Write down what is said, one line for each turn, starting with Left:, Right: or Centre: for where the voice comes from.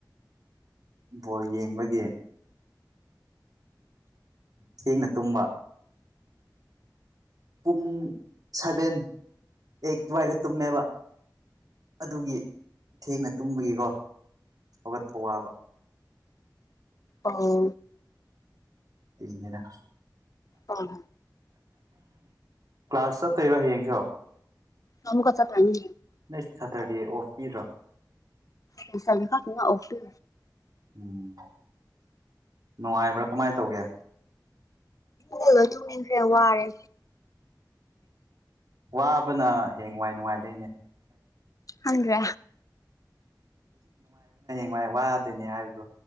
Right: ꯕꯣꯜ ꯌꯦꯡꯕꯒꯤ ꯊꯦꯡꯅ ꯇꯨꯝꯕ ꯄꯨꯡ ꯁꯚꯦꯟ ꯑꯩ ꯑꯗꯨꯋꯥꯏꯗ ꯇꯨꯝꯃꯦꯕ ꯑꯥꯗꯨꯒꯤ ꯊꯦꯡꯅ ꯇꯨꯝꯕꯒꯤꯀꯣ ꯍꯧꯒꯠꯄ ꯋꯥꯕ
Left: ꯑꯥꯎ
Right: ꯅꯤꯗꯥ
Left: ꯑꯥ
Right: ꯀ꯭ꯂꯥꯁ ꯆꯠꯇꯣꯏꯔꯣ ꯍꯌꯦꯡꯁ
Left: ꯑꯃꯃꯨ ꯀꯆꯥ ꯄꯅꯤ
Right: ꯅꯪ ꯁꯇꯔꯗꯦ ꯑꯣꯐ ꯄꯤꯕ꯭ꯔꯣ
Left: ꯄꯁꯥ ꯂꯤ ꯑꯣꯦ
Right: ꯎꯝ ꯅꯨꯡꯉꯥꯏꯕ꯭ꯔꯥ ꯀꯃꯥꯏꯅ ꯇꯧꯒꯦ
Left: ꯍꯂꯣ ꯊꯃꯤ ꯋꯥꯔꯦ
Right: ꯋꯥꯕꯅ ꯍꯌꯦꯡ ꯋꯥꯏ ꯅꯨꯡꯉꯥꯏꯗꯣꯏꯅꯦ
Left: ꯍꯗꯦ
Right: ꯅꯨꯡꯉꯥꯏ ꯋꯥꯗꯣꯏꯅꯦ ꯍꯥꯏꯕꯗ